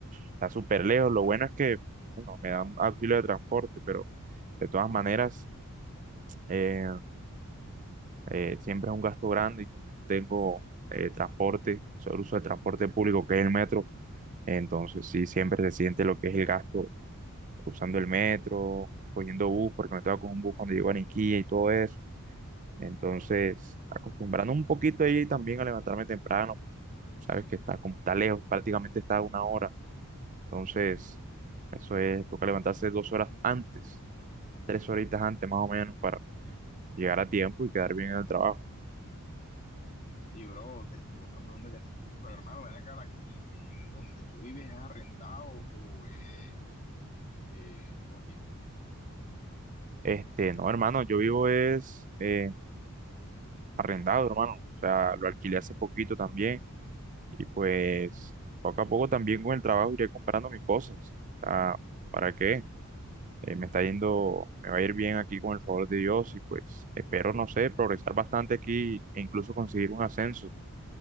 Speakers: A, on the right (about 35°); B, on the left (about 35°).
A: Está súper lejos. Lo bueno es que, bueno, me dan auxilio de transporte, pero de todas maneras, eh, eh, siempre es un gasto grande y como tengo eh, transporte, solo uso el transporte público que es el metro, entonces sí, siempre se siente lo que es el gasto usando el metro, cogiendo bus, porque me estaba con un bus cuando llego a Niquilla y todo eso. Entonces, acostumbrando un poquito ahí también a levantarme temprano, porque sabes que está, como está lejos, prácticamente está a una hora. Entonces, eso es, toca levantarse dos horas antes, tres horitas antes más o menos, para llegar a tiempo y quedar bien en el trabajo.
B: Y bro, este, otra pregunta que te tengo, pero hermano, ven acá, la- en, la- en donde tú vives, ¿es arrendado o es este, propia?
A: Este, no, hermano, yo vivo es eh, arrendado, hermano. O sea, lo alquilé hace poquito también. Y pues poco a poco también con el trabajo iré comprando mis cosas. Ah, ¿para qué? Eh, me está yendo, me va a ir bien aquí con el favor de Dios y pues espero, no sé, progresar bastante aquí e incluso conseguir un ascenso.